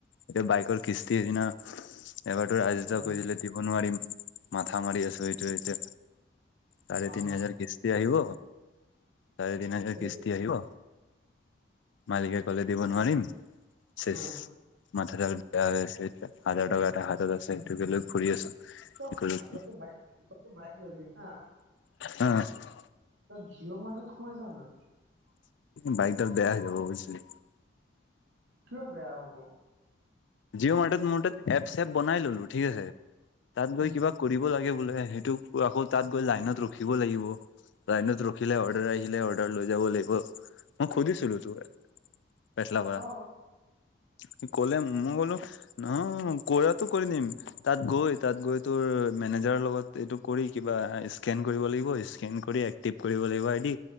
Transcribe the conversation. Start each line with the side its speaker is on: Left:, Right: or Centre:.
Left: এতিয়া বাইকৰ কিস্তি সিদিনা এবাৰতো ৰাজু দাও
Right: উম
Left: কৈ দিলে দিব নোৱাৰিম। মাথা মাৰি আছো সেটো এতিয়া। চাৰে
Right: অ
Left: তিনি হাজাৰ কিস্ত আহিব, চাৰে তিনি হাজাৰ
Right: সেইটো
Left: কিস্তি আহিব। মালিকে ক'লে দিব নোৱাৰিম শেষ।
Right: অ
Left: মাথা জাল বেয়া হৈ আছে‌ এতিয়া। হাজাৰ টকা এটা হাতত আছে সেইটোকে লৈ ফুৰি আছো।
Right: থানা
Left: কি কৰো কি
Right: তইতো বাইক তইতো বাইক ললি হা।
Left: উম।
Right: তই জিঅ' মাৰ্ট ত সোমাই যা না।
Left: বাইক ডাল বেয়া হৈ যাব বুজিলি।
Right: কিয় বেয়া হ'ব?
Left: জিঅ' মাৰ্টত মোৰ তাত এপ চেপ বনাই ললো ঠিক আছে, তাত
Right: উম
Left: গৈ কিবা কৰিব লাগে বোলে সেইটো আকৌ তাত গৈ লাইনত ৰখিব লাগিব। লাইনত ৰখিলে অৰ্ডাৰ আহিলে অৰ্ডাৰ লৈ যাব লাগিব, মই সুধিছিলো তো। বেটলাপাৰা,
Right: অ
Left: সি ক'লে মই ক'লো নহয় কৰাটো কৰি নিম তাত গৈ তাত গৈ তোৰ মেনেজাৰৰ লগত এইটো কৰি কিবা স্কেন কৰিব লাগিব, স্কেন কৰি এক্টিভ কৰিব লাগিব আইদি